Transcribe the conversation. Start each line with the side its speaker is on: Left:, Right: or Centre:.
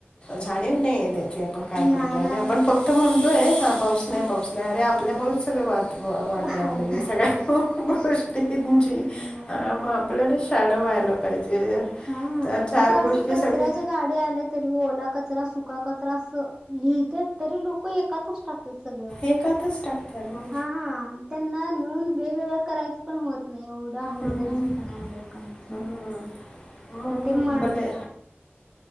Left: जाणीव नाही आहे त्याची आपण काय
Right: नाही
Left: करतोय
Right: नाही
Left: आणि आपण फक्त म्हणतोय हा पाऊस नाही
Right: हा
Left: पाऊस नाही अरे आ पल्यामुळे सगळं वाद वा वाट
Right: वाढतय
Left: लागलेली सगळ्या गोष्टी गुमची
Right: मग नाही
Left: म
Right: तर
Left: आपल्याला शा हाणं व्हायला पाहिजे.
Right: हां
Left: तर चार
Right: आता
Left: गोष्टी
Right: असं कचराच्या
Left: सगळ्या
Right: गाडी आली तरी ओला कचरा सुका कचरा असं लिहितयत तरी लोकं एकातच टाकते सगळं
Left: एकातच टाकता म
Right: हा हा त्यांना नेऊन वेगवेगळं करायचे पण हो त नाही एवढा हलगर्जी
Left: हम्म
Right: पण आहे लोकांचे.
Left: हम्म मग
Right: हो ते म्हण
Left: बले